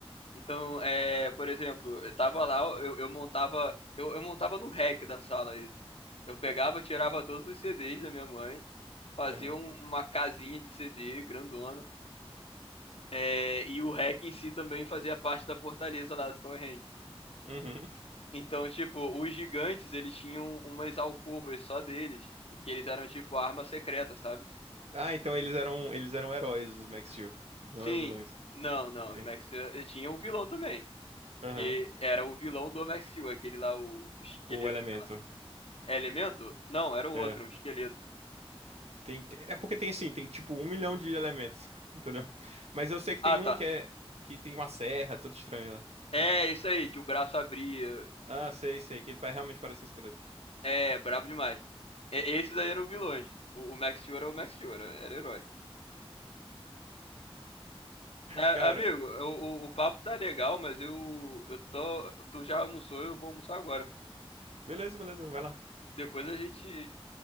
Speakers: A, on the left; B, on the right.
A: Então, é, por exemplo, eu tava lá, eu, eu montava, eu, eu montava no rack da sala isso. Eu pegava, tirava todos os CDs da minha mãe, fazia
B: aham,
A: um- uma casinha de CD grandona. É, e o Hack em si também fazia parte da fortaleza lá dos Power Rangers.
B: uhum.
A: Então, tipo, os gigantes, eles tinham umas alcovas só deles, em que eles eram, tipo, arma secreta, sabe?
B: Ah, então eles eram, eles eram heróis, os Max Steel. Eles
A: Sim,
B: não eram vilões.
A: não, não,
B: Entendi.
A: os Max Steel eh, tinha um vilão também,
B: Aham.
A: que era o vilão do Max Steel, aquele lá, o esqueleto,
B: O elemento.
A: sei lá. É Elemento? Não, era o
B: É.
A: outro, o esqueleto.
B: Tem, tem- é porque tem assim, tem tipo um milhão de elementos, <laughs> entendeu? Mas eu sei que
A: Ah,
B: tem
A: tá.
B: um que é que tem uma serra, todo estranho lá
A: É,
B: e tal.
A: isso aí, que o braço abria.
B: Ah, sei, sei, que ele pa- realmente parece um esqueleto.
A: É, brabo demais. É, esses aí eram vilões. O, o Max Steel era o Max Steel, era, era herói. É,
B: Cara,
A: amigo, o, o, o papo tá legal, mas eu, eu tô. Tu já almoçou, eu vou almoçar agora.
B: beleza, beleza, vai lá.
A: Depois a gente